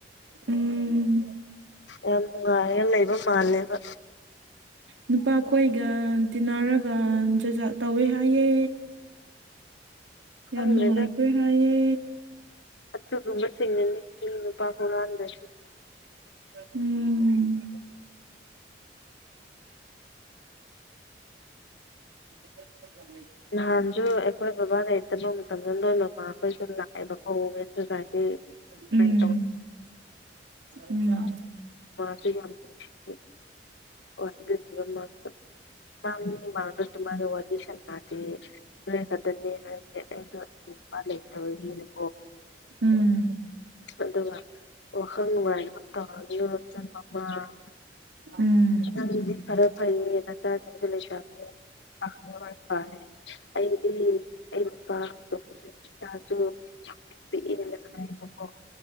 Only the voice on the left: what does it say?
ꯌꯥꯝ ꯅꯨꯡꯉꯥꯏꯔꯒ ꯂꯩꯕ ꯃꯥꯜꯂꯦꯕ
ꯈꯪꯗꯦꯗ
ꯑꯗꯨꯒꯨꯝꯕꯁꯤꯡꯅꯅꯤ ꯃꯤꯒꯤ ꯅꯨꯄꯥ ꯍꯨꯔꯥꯟꯕꯁꯦ
ꯅꯍꯥꯟꯖꯨ ꯑꯩꯈꯣꯏ ꯕꯕꯥ ꯂꯩꯇꯕ ꯃꯇꯝꯗ ꯅꯣꯏ ꯅꯃꯥꯈꯣꯏꯁꯨ ꯂꯥꯛꯑꯦꯕꯀꯣ ꯃꯦꯟꯁꯨꯨꯀꯥꯏ ꯗꯤ
ꯄ꯭ꯔꯦꯡ ꯇꯧ <unintelligible>
ꯋꯥꯗꯅꯤꯕ ꯃꯥꯁꯨ ꯃꯥ ꯃꯤ ꯃꯥꯡꯗ ꯑꯗꯨꯃꯥꯏꯅ ꯋꯥꯔꯤ ꯁꯥꯟꯅꯗꯦ ꯅꯣꯏ ꯈꯛꯇꯅꯦꯅ ꯍꯥꯏꯕꯅꯦ ꯑꯩꯁꯨ ꯎꯝ ꯅꯨꯄꯥ ꯂꯩꯇꯕꯒꯤ ꯑꯗꯨꯝ
ꯑꯗꯨꯒ ꯋꯥꯈꯜ ꯅꯨꯡꯉꯥꯏꯅꯕ ꯇꯧꯔꯒ ꯅꯆꯟ ꯅꯨꯄꯥ ꯑꯃ
ꯅꯪꯗꯤ ꯈꯔ ꯐꯩꯌꯦ ꯅꯆꯥꯁꯤꯡꯁꯨ ꯂꯩꯁꯥꯕꯤꯅꯤ ꯄꯥꯂꯦ ꯑꯩꯗꯤ ꯑꯩ ꯅꯨꯄꯥ ꯏꯆꯥꯁꯨ ꯌꯥꯝ ꯄꯤꯛꯑꯦꯅ ꯍꯥꯏꯕꯀꯣ